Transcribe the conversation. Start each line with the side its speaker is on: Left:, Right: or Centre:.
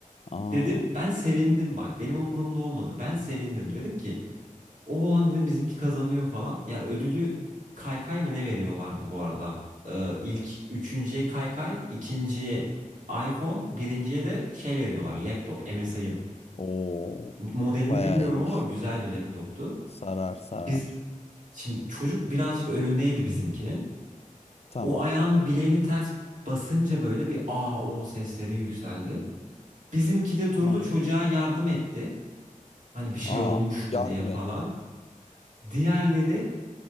Left: Aa.
Right: Dedim ben sevindim bak. Benim umurumda olmadı. Ben sevindim. Dedim ki o olan dedim bizimki kazanıyor falan. Ya ödülü kaykay mı ne veriyorlardı bu arada? Ee, ilk üçüncüye kaykay, ikinciye iPhone, birinciye de şey veriyorlar laptop MSI'ın.
Left: Oo.
Right: Modelini
Left: Bayağı
Right: bilmiyorum
Left: iyiymiş.
Right: ama güzel bir laptoptu.
Left: Sarar sarar.
Right: Biz şimdi çocuk birazcık önündeydi bizimkinin.
Left: Tamam.
Right: O ayağını bileğini ters basınca böyle bir aa o sesleri yükseldi. Bizimki de durdu
Left: Tamam.
Right: çocuğa yardım etti. Hani bir şey
Left: Aa.
Right: olmuş
Left: Yardım
Right: mu diye falan.
Left: etti.
Right: Diğerleri